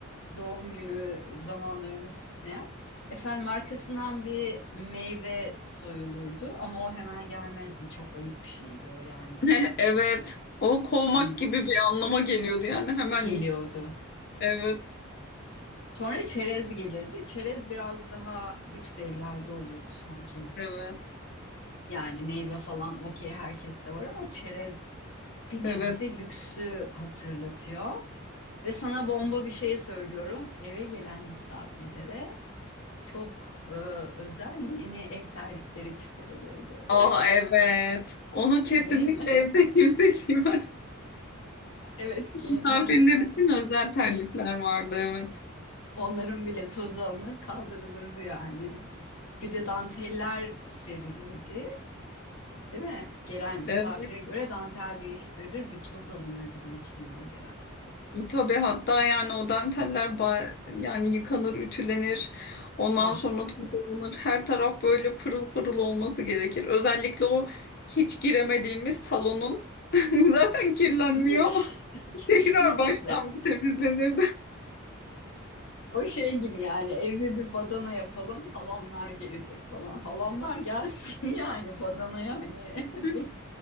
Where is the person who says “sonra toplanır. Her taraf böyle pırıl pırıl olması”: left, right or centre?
Left